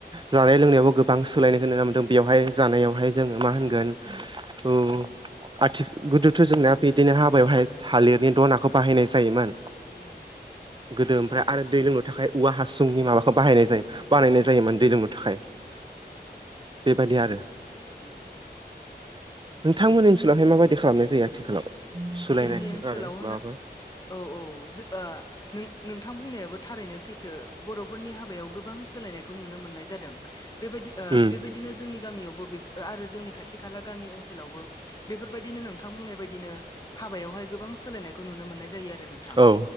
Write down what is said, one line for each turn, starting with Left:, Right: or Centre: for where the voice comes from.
Right: जानाय लोंनायावबो गो गोबां सोलायनायखौ नुनो मोनदों बेयावहाय जानायावहाय जोङो मा होनगोन ओ आथि गोदोथ जोंनाया बिदिनो हाबायावहाय थालिरनि दनाखौ बाहायनाय जायोमोन।
Left: उम।
Right: गोदो ओमफ्राय आरो दै लोंनो थाखाय औवा हासुंनि माबाखौ बाहायनाय जायो बानायनाय
Left: औ
Right: जायोमोन दै लोंनो थाखाय। बेबायदि आरो।
Left: औ।
Right: नोंथांमोननि ओनसोलावहाय माबायदि खालामनाय जायो आथिखालाव? सुलायनायफोर
Left: जोंनि ओनसोलाव
Right: आरो
Left: होनो
Right: माबाफोर
Left: औ औ ओ नोंथां बुंनायाबो थारैनो सैथो बरफोरनि हाबायाव गोबां सोलायनायखौ नुनो मोननाय जादों। बेबायदिनो
Right: उम
Left: जोंनि गामियावबो बे आरो जोंनि खाथि खाला गामि ओनसोलावबो बेफोरबायदिनो नोंथां बुंनाय बायदिनो हाबायावहाय गोबां सोलायनायखौ नुनो मोननाय जायो आरो नोंथां।
Right: औ